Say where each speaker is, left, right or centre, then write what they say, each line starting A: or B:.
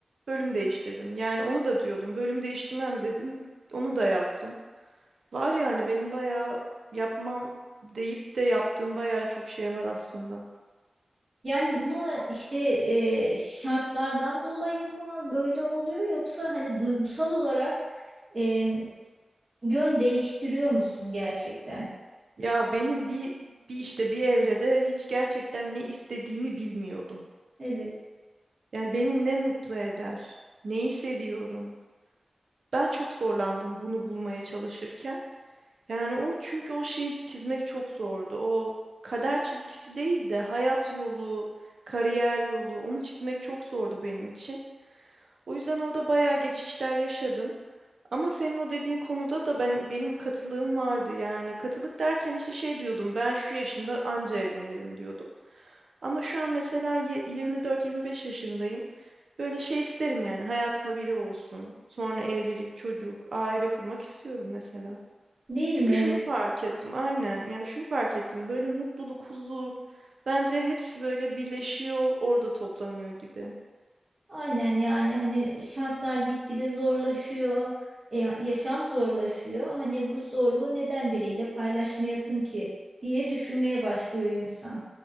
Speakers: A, on the right; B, on the right.
A: Bölüm değiştirdim. Yani onu da diyordum. Bölüm değiştirmem dedim. Onu da yaptım. Var yani benim bayağı yapmam deyip de yaptığım bayağı çok şey var aslında.
B: Yani buna işte e, şartlardan dolayı mı böyle oluyor yoksa hani duygusal olarak e, yön değiştiriyor musun gerçekten?
A: Ya benim bir bir işte bir evrede hiç gerçekten ne istediğimi bilmiyordum.
B: Evet,
A: Yani beni ne mutlu eder, neyi seviyorum. Ben çok zorlandım bunu bulmaya çalışırken. Yani o çünkü o şeyi çizmek çok zordu. O kader çizgisi değil de hayat yolu, kariyer yolu onu çizmek çok zordu benim için. O yüzden orada bayağı geçişler yaşadım. Ama senin o dediğin konuda da ben benim katılığım vardı yani. Katılık derken işte şey diyordum ben şu yaşımda anca evlenirim diyordum. Ama şu an mesela ye- 24-25 yaşındayım. Böyle şey isterim yani hayatımda biri olsun. Sonra evlilik, çocuk, aile kurmak istiyorum mesela.
B: değil
A: Çünkü
B: mi?
A: şunu fark ettim aynen yani şunu fark ettim böyle mutluluk, huzur bence hepsi böyle birleşiyor orada toplanıyor gibi.
B: Aynen yani hani şartlar gitgide zorlaşıyor, e, yaşam zorlaşıyor. Hani bu zorluğu neden biriyle paylaşmayasın ki diye düşünmeye başlıyor insan.